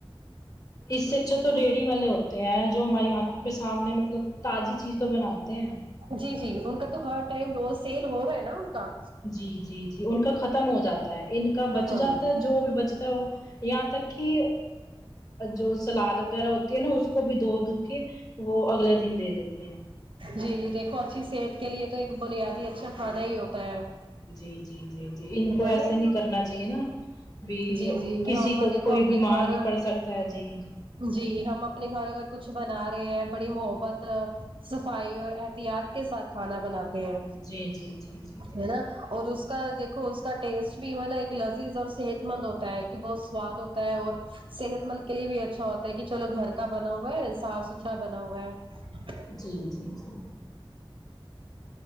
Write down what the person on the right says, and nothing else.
جی جی ان کا تو ہر ٹائم روز سیل ہو رہا ہے نا ان کا
ہاں
جی جی دیکھو اچھی صحت کے لیے تو ایک بنیادی اچھا کھانا ہی ہوتا ہے
ہے
نا
جی جی
ہم
دیکھو
اپنے
گھر
جی ہم اپنے گھر اگر کچھ بنا رہے ہیں بڑی محبت صفائی اور احتیاط کے ساتھ کھانا بناتے ہیں
ہے نا اور اس اس کا دیکھو اس کا ٹیسٹ بھی مطلب ایک لذیذ اور صحت مند ہوتا ہے کہ بہت سواد ہوتا ہے اور صحت مند کے لیے بھی اچھا ہوتا ہے کہ چلو گھر کا بنا ہوا ہے صاف ستھر اچھا بنا ہوا ہے